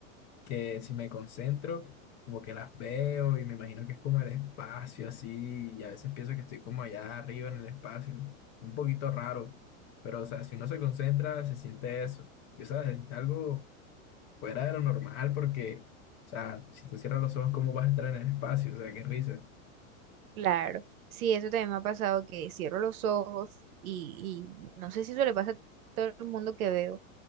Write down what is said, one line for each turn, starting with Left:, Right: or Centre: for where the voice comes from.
Left: que si me concentro, como que las veo y me imagino que es como el espacio así, y a veces pienso que estoy como allá arriba en el espacio, un poquito raro, pero o sea, si uno se concentra, se siente eso, y, o sea, se siente algo fuera de lo normal porque, o sea, si tú cierras los ojos, ¿cómo vas a estar en el espacio? O sea, qué risa.
Right: Claro, sí, eso también me ha pasado que cierro los ojos y, y no sé si eso le pasa a todo el mundo que veo